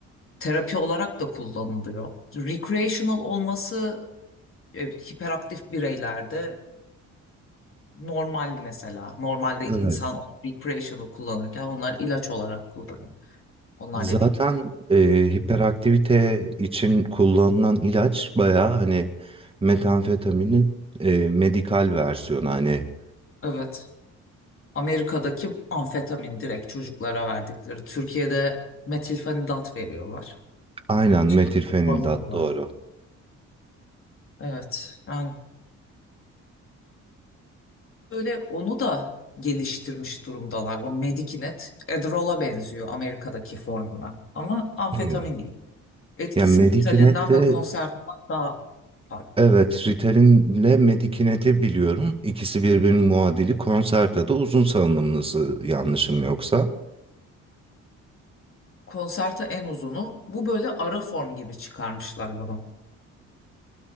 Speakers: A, on the left (about 45°); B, on the right (about 20°).
A: terapi olarak da kullanılıyor. Recreational olması e, hiperaktif bireylerde normal mesela. Normalde insan
B: Evet.
A: recreational kullanırken onlar ilaç olarak kullanıyor. Onlar
B: Zaten
A: dediğim.
B: e, hiperaktivite için kullanılan ilaç bayağı hani metamfetaminin e, medikal versiyonu hani
A: Evet. Amerika'daki amfetamin direkt çocuklara verdikleri. Türkiye'de metilfenidat veriyorlar.
B: aynen
A: çeşitli
B: metilfenidat
A: formları var.
B: doğru.
A: Evet. Yani böyle onu da geliştirmiş durumdalar. O Medikinet Adderall'a benziyor Amerika'daki formuna. Ama amfetamin
B: Hmm.
A: değil. Etkisi
B: Yani Medikinet'le
A: Ritalin'den ve Concerta'dan daha farklı.
B: Evet, Ritalin'le Medikinet'i biliyorum. İkisi birbirinin muadili. Concerta'da uzun salınımlısı yanlışım yoksa.
A: Concerta en uzunu. Bu böyle ara form gibi çıkarmışlar bunu.